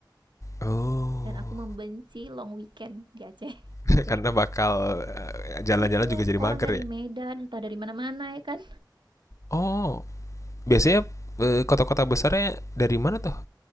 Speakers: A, on the left; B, on the right.
A: oh
B: dan aku membenci long weekend di Aceh
A: <laughs> karena bakal eh, jalan-jalan
B: iya
A: juga
B: <laughs>
A: jadi mager
B: orang dari
A: ya
B: Medan entah dari mana-mana ya kan
A: oh biasanya eh, kota-kota besarnya dari mana tuh